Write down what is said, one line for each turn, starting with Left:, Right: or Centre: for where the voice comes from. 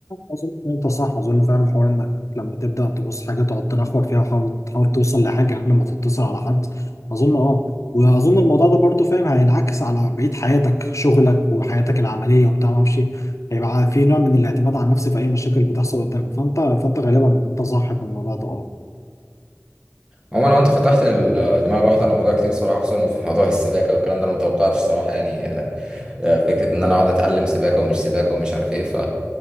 Left: اظن ان انت صح اظن فاهم حوار انك لما تبدا تبص حاجه تقعد تنخور فيها وتحاول تحاول توصل لحاجه قبل ما تتصل على حد اظن اه واظن الموضوع ده برضو فاهم هينعكس على بقيه حياتك شغلك وحياتك العمليه وبتاع ما اعرفش إيه. هيبقى في نوع من الاعتماد على النفس في اي مشاكل بتحصل قدامك فانت فانت غالبا انت صح في الموضوع ده اه
Right: عموما وانت فتحت ال- دماغ الواحد على موضوع كتير صراحه خصوصا في موضوع السباكه والكلام ده انا متوقعتش صراحه يعني آه، فكرة إن أنا أقعد أتعلم سباكة ومش سباكة ومش عارف إيه ف